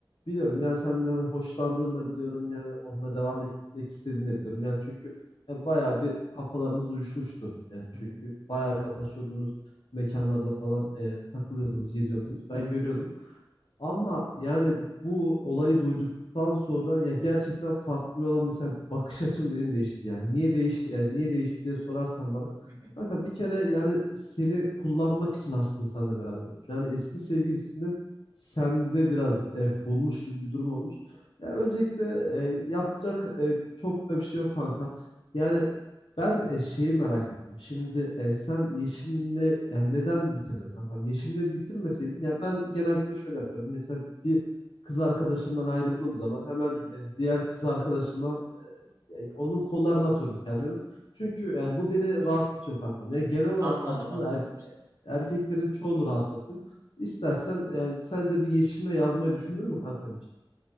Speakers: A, on the left; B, on the right.
A: biliyorum yani senden hani hoşlandığını da biliyorum yani onunla devam etmek istediğini de biliyorum. Yani çünkü ya bayağı bir kafalarınız uyuşmuştu. Yani
B: hı
A: çünkü
B: hı,
A: bayağı bir anlaşıyordunuz. Mekanlarda falan e, takılıyordunuz, geziyordunuz. Ben görüyordum. Ama yani bu olayı duyduktan sonra ya gerçekten Fatma'ya olan mesela bakış açım benim değişti. Yani niye değişti yani niye değişti diye sorarsan bana.
B: hı hı,
A: Kanka bir kere yani seni kullanmak için aslında seninle beraber olmuş. Yani eski sevgilisini sende biraz e, bulmuş gibi bir durum olmuş. Ya öncelikle e, yapacak e, çok da bir şey yok kankam. Yani ben e, şeyi merak ettim. Şimdi e, sen Yeşim'le yani neden bitirdin kankam? Yeşim'le bitirmeseydin ya ben genellikle şöyle yaparım. Mesela bir kız arkadaşımdan ayrıldığım zaman hemen
B: hı hı.
A: e, diğer kız arkadaşıma e, yani onun kollarına atıyorum kendimi. Çünkü yani bu beni rahatlatıyor kankam. Yani genel olarak
B: Anladım
A: aslında
B: anladım
A: er-
B: seni.
A: erkeklerin çoğunu rahatlatıyor. İstersen yani sen de bir Yeşim'e yazmayı düşündün mü kankam için?